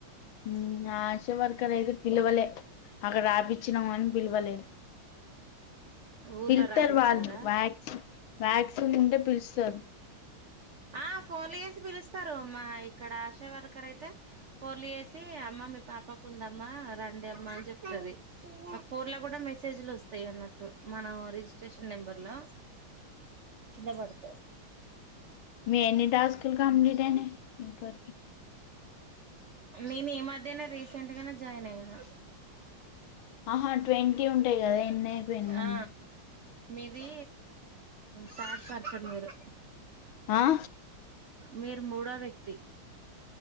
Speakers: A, on the left (about 80°); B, on the right (about 80°).
A: ఉమ్ ఆశ వర్క్ ర్ అయితే పిలవలే, అక్కడ రాపిచ్చినము గని పిలవలేదు.
B: ఊర్లో
A: పిలుస్తారు
B: రాపిచ్చారా
A: వాళ్ళు వ్యాక్స్ వ్యాక్సిన్ ఉంటే పిలుస్తారు
B: ఆ ఫోన్ చేసి పిలుస్తారు మా ఇక్కడ ఆశ వర్కర్ అయితే ఫోన్ చేసి అమ్మ మీ పాపకు ఉందమ్మా రండి అమ్మ అని చెప్తుది ఆ ఫోన్ లో కూడా మెసేజ్లు వస్తాయి అన్నటు మనం రిజిస్ట్రేషన్ నెంబర్ లో కింద పడతావ్
A: మీఈ ఎన్ని టాస్కులు కంప్లీట్ అయినప్పటికీ
B: నేను ఈ మధ్యన రీసెంట్ గానే జాయిన్ అయినా
A: ఆహా ట్వంటీ ఉంటాయి కదా ఎన్ని అయిపోయినాఈ
B: ఆ మీది ట్రాన్స్ఫర్ వేరు
A: ఆ
B: మీరు మూడో వ్యక్తి